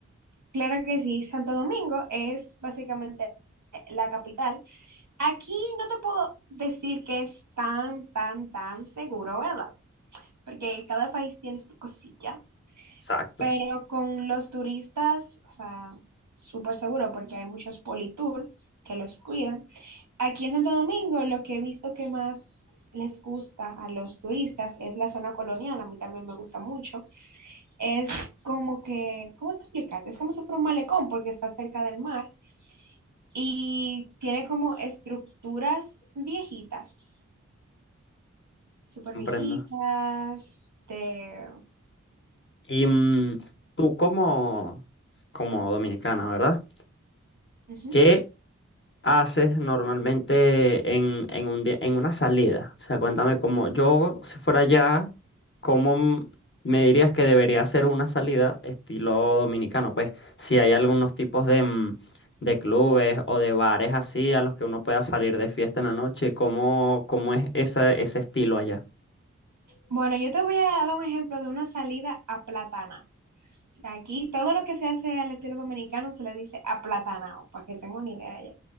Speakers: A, on the right (about 80°); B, on the left (about 45°).
A: Claro que sí, Santo Domingo es básicamente la capital. Aquí no te puedo decir que es tan, tan, tan seguro, ¿verdad? Porque cada país tiene su cosilla,
B: Exacto,
A: pero con los turistas, o sea, súper seguro porque hay muchos politour que los cuidan. Aquí en Santo Domingo, lo que he visto que más les gusta a los turistas es la zona colonial, a mí también me gusta mucho. Es como que, ¿cómo explicarte? Es como si fuera un malecón porque está cerca del mar y tiene como estructuras viejitas, súper
B: comprendo.
A: viejitas, de...
B: Y mm, tú como, como dominicana, ¿verdad?
A: Ujú.
B: ¿Qué haces normalmente en, en un día- en una salida? O sea, cuéntame cómo yo, si fuera allá, ¿cómo m- me dirías que debería ser una salida estilo dominicano? Pues si hay algunos tipos de, mm, de clubes o de bares así a los que uno pueda salir de fiesta en la noche, ¿cómo, cómo es esa- ese estilo allá?
A: Bueno, yo te voy a dar un ejemplo de una salida a Platana. sea, aquí todo lo que se hace al estilo dominicano se le dice aplatanado, para que tenga una idea ya.